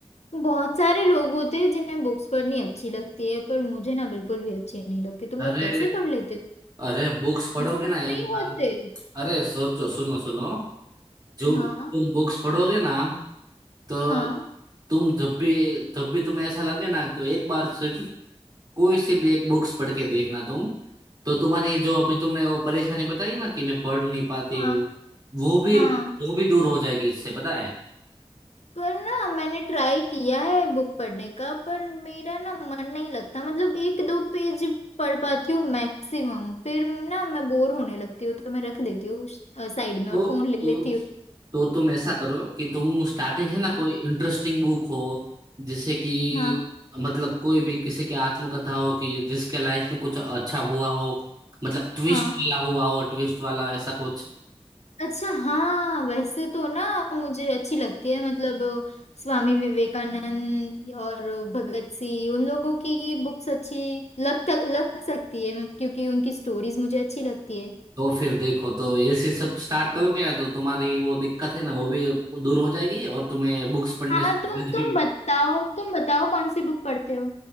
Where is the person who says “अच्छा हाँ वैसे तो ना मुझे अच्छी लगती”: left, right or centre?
Left